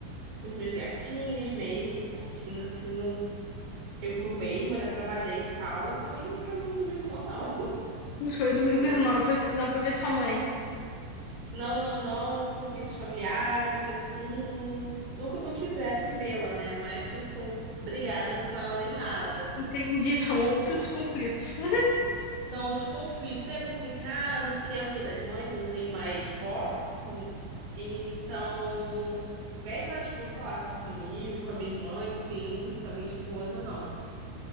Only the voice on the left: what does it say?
Não foi domingo
normal, não foi, não foi ver sua mãe.
Entendi, são outros conflitos. <laughs>